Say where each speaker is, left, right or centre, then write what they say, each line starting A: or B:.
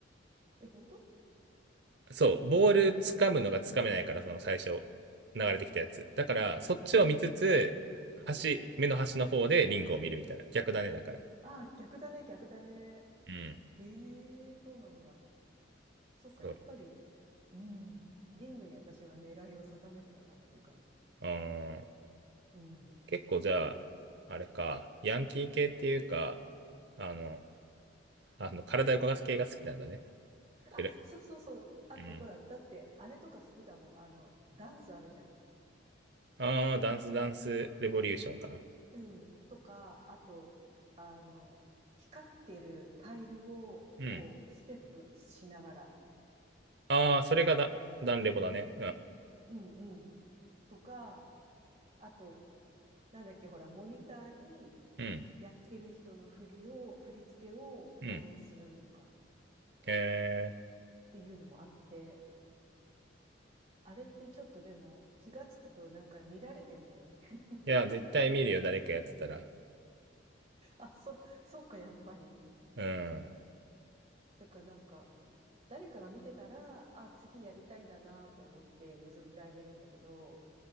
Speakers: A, on the right; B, on the right.
A: え、本当
B: そう、ボール掴むのが掴めないから、その最初、流れてきたやつ。だから、そっちを見つつ、
A: うん、うん。
B: 端、目の端の方でリングを見るみたいな。逆だね、だから。
A: ああ、逆だね、逆だね。
B: うん。
A: ええ、そうなんだ。そっか、
B: そう。
A: やっぱり、うん。リングに私は狙いを定めてたかなって感じ。
B: うーん。
A: うん。
B: 結構じゃあ、あれか、ヤンキー系っていうか、あの、あの体を動かす系が好きなんだね。
A: あ、
B: くる
A: そうそうそう。あと、
B: うん。
A: ほら、だって、あれとか好きだもん。あの、ダンスあるじゃん。
B: ああダンスダンスレボリューションかな。
A: うん。とか、あと、あの、光ってるタイルを、
B: うん。
A: こう、ステップしながら、
B: ああ、それがダ、
A: きょ、
B: ダンレボだね。
A: うんうん。とか、あと、なんだっけ、ほら、モニターに
B: うん。
A: やってる人の振りを、振り付けを真似するとかっ
B: うん。うん。へえ。
A: ていうのもあって、あれってちょっとでも気がつくとなんか見られてんだよね。<laughs>
B: いや、絶対見るよ、誰かやってたら。
A: あ、そ、そっか、やっぱり。
B: うん。
A: だからなんか、誰かが見てたら、あ、次やりたいんだなと思って譲ってあげるんだけど、